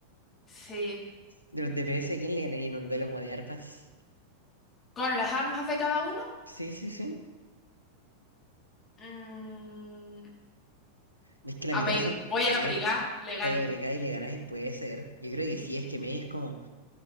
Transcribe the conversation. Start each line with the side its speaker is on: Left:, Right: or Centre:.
Left: Sí.
Right: De los DPS, ¿a quién le ganaría en un duelo como de arpas?
Left: Con las armas de cada uno.
Right: Sí, sí, sí.
Left: Mm,
Right: Es que la
Left: amé,
Right: mitad son
Left: voy
Right: a
Left: a
Right: Mei.
Left: abrigar, le gano.
Right: Vaya bregada y le ganáis, puede ser. Yo creo que sí, es que Mei es como.